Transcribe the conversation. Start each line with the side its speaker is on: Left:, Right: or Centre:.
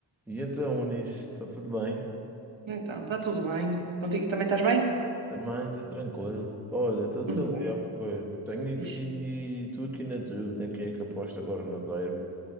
Centre: E então, Unis, está tudo bem?
Right: Então, está tudo bem. Contigo também estás bem?
Centre: Também estou tranquilo. Olha, estou-te
Right: Tudo
Centre: a ligar
Right: bem.
Centre: porque eu tenho aqui,
Right: Fixe.
Centre: estou aqui na dúvida em quem é que aposta agora no derby.